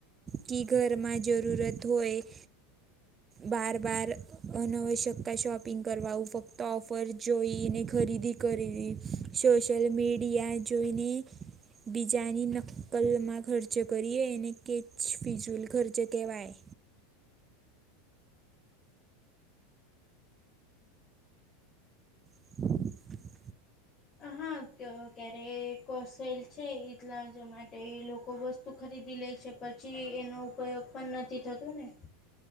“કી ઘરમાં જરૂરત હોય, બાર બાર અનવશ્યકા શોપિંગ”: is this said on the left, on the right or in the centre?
Right